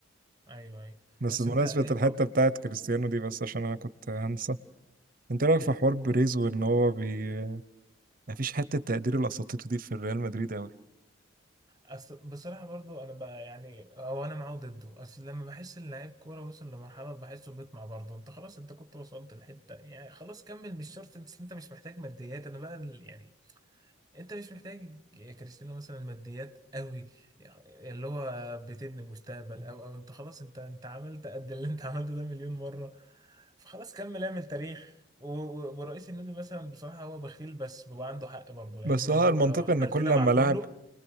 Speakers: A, on the right; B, on the right.
A: ايوه ايوه
B: بس
A: بس
B: بمناسبة
A: انت ايه
B: الحتة
A: طب
B: بتاعت كريستيانو دي بس عشان أنا كنت هنسى انت رأيك
A: إيه؟
B: في حوار بيريز وإن هو بي... مفيش حتة تقدير الأساطير دي في الريال مدريد أوي
A: أصل بصراحة برضو أنا بقى يعني أو أنا معاه ضده أصل لما بحس إن لعيب كورة وصل لمرحلة بحسه بيطمع برضه أنت خلاص أنت كنت وصلت لحتة يعني خلاص كمل مش شرط أنت أنت مش محتاج ماديات أنا بقى ال- يعني انت مش محتاج يا كريستيانو مثلا ماديات قوي اللي هو بتبني مستقبل او او انت خلاص انت انت عملت قد اللي انت عملته ده مليون مرة فخلاص كمل اعمل تاريخ و- و- ورئيس النادي مثلا بصراحة هو بخيل بس بيبقى عنده حق برضه لان
B: بس هو
A: هو
B: المنطقة
A: لو عمل
B: إن كل
A: كده
B: لما
A: مع كله
B: لاعب